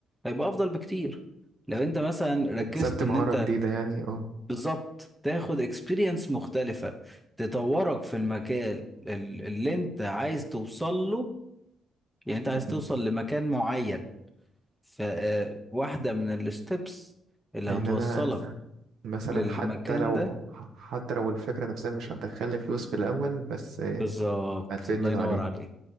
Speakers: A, in the centre; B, on the right (about 75°).
A: هيبقى افضل بكتير لو انت مثلا ركزت
B: اكتسبت
A: ان
B: مهارة
A: انت
B: جديدة يعني اه
A: بالظبط تاخد اكسبيرينس مختلفه تطورك في المكان ال- اللي انت عايز توصل له يعني انت عايز توصل
B: مم.
A: لمكان معين فواحده من الستبس اللي
B: ان
A: هتوصلك
B: انا مثلا
A: للمكان
B: حتى لو
A: ده
B: حتى لو الفكرة نفسها مش هتدخلي فلوس في الأول بس آه،
A: بالظبط
B: هتفيدني
A: الله
B: بعدين
A: ينور عليك